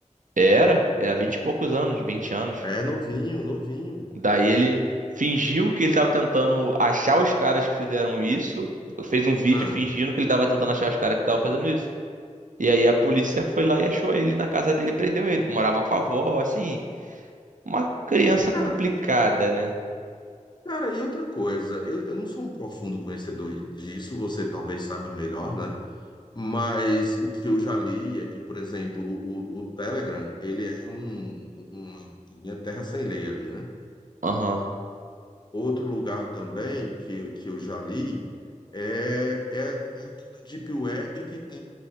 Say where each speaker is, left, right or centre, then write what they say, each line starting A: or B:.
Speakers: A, on the right; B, on the left.
A: Era, era 20 e poucos anos, 20 anos.
B: É, novinho, novinho.
A: Daí ele fingiu que ele tava tentando achar os caras que fizeram isso, fez um vídeo
B: Ah,
A: fingindo que ele tava tentando achar os caras que estavam fazendo isso. E aí a polícia foi lá e achou ele na casa dele e prendeu ele. Morava com a avó, assim, uma criança
B: cara,
A: complicada, né?
B: cara, e outra coisa, eu, eu não sou um profundo conhecedor disso, você talvez saiba melhor, né? Mas o que eu já li é que, por exemplo, o, o- o Telegram, ele é um, um, também é terra sem lei ali, né?
A: Aham.
B: Outro lugar também que, eu- que eu já li é, é, é tudo Deep Web que tem